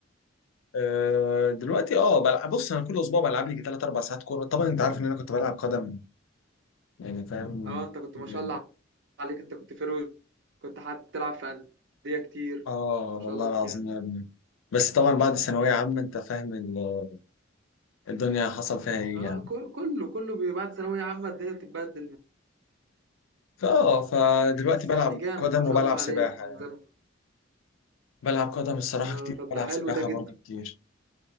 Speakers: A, on the left (about 75°); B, on the right (about 65°).
A: أه دلوقتي اه بلعب بص انا كل اسبوع بلعب لي 3 4 ساعات كوره طبعا انت عارف ان انا كنت بلعب قدم يعني فاهم
B: اه انت كنت
A: كتير
B: ما شاء
A: يعني
B: الله عليك انت كنت فرو كنت حتى تلعب في انديه كتير
A: اه
B: ما
A: والله
B: شاء الله
A: العظيم
B: عليك يعني
A: يا ابني بس طبعا بعد ثانوية عامة انت فاهم ال- الدنيا حصل فيها ايه
B: اه
A: يعني
B: كل- كله كله بي- بعد ثانويه عامه الدنيا بتتبدل
A: فاه فدلوقتي
B: بس
A: بلعب
B: يعني جامد
A: قدم
B: ما شاء
A: وبلعب
B: الله
A: سباحة
B: عليك من
A: يعني
B: زمان.
A: بلعب قدم الصراحة
B: اه
A: كتير
B: طب
A: وبلعب
B: ده حلو
A: سباحة
B: ده
A: برضه
B: جدا
A: كتير